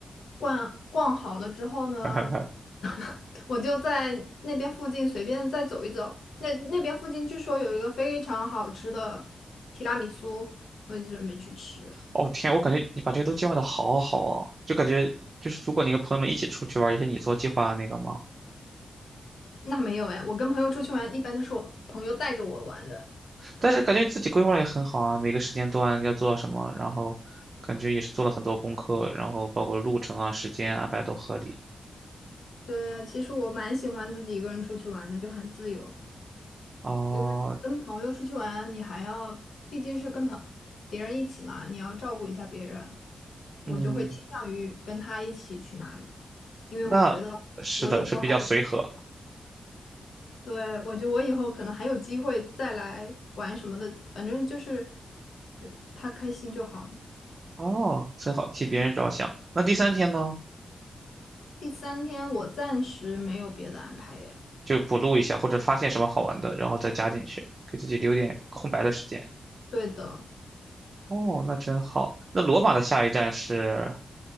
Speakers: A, on the left (about 75°); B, on the right (about 45°).
A: 逛逛好了之后呢，
B: <laughs>
A: <laughs> 我就在那边附近随便再走一走。那那边附近据说有一个非常好吃的提拉米苏，我就准备去吃。
B: 哦天，我感觉你把这些都计划的好好哦，就感觉就是如果你跟朋友们一起出去玩儿也是你做计划的那个吗？
A: 那没有哎，我跟朋友出去玩，一般都是我朋友带着我玩的。
B: 但是感觉自己规划的也很好啊，每个时间段要做到什么，然后感觉也是做了很多功课，然后包括路程啊、时间安排都合理。
A: 对啊，其实我蛮喜欢自己一个人出去玩的，就很自由。
B: 哦，
A: 因为跟朋友出去玩，你还要，毕竟是跟朋别人一起嘛，你要照顾一下别人，我就会倾向于跟他一起去哪里，
B: 嗯，
A: 因为我觉得我以后还有，
B: 那是的，是比较随和。
A: 对，我觉得我以后可能还有机会再来玩什么的，反正就是，嗯，他开心就好。
B: 哦，真好，替别人着想。那第三天呢，
A: 第三天我暂时没有别的安排耶。
B: 就补录一下，或者发现什么好玩的，然后再加进去，给自己留点空白的时间。
A: 对的，
B: 哦，那真好。那罗马的下一站是？